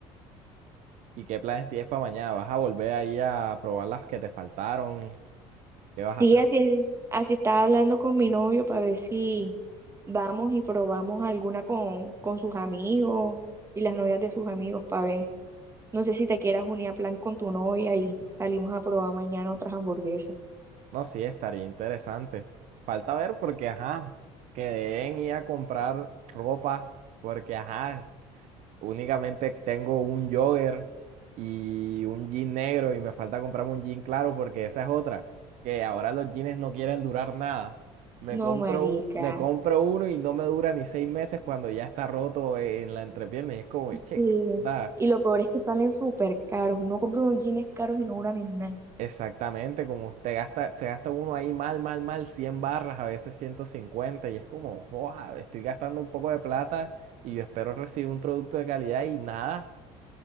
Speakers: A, on the right (about 65°); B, on the right (about 20°).
A: ¿Y qué planes tienes para mañana? ¿Vas a volver ahí a probar las que te faltaron? ¿Qué vas a
B: Sí,
A: hacer?
B: así es- Así estaba hablando con mi novio para ver si vamos y probamos alguna con, con sus amigos y las novias de sus amigos para ver. No sé si te quieras unir a plan con tu novia y salimos a probar mañana otras hamburguesas.
A: No, sí, estaría interesante. Falta ver porque, ajá, quedé en ir a comprar ropa porque, ajá, Únicamente tengo un jogger y un jean negro y me falta comprarme un jean claro porque esa es otra, que ahora los jeans no quieren durar nada. Me
B: No,
A: compro,
B: marica.
A: u- me compro uno y no me dura ni seis meses cuando ya está roto en la entrepierna y es como, che,
B: Sí.
A: qué onda.
B: Y lo peor es que salen súper caros. Uno compra unos jeans caros y no duran en nada.
A: Exactamente, como te gasta, se gasta uno ahí mal, mal, mal, 100 barras, a veces 150 y es como, wow, estoy gastando un poco de plata y yo espero recibir un producto de calidad y nada,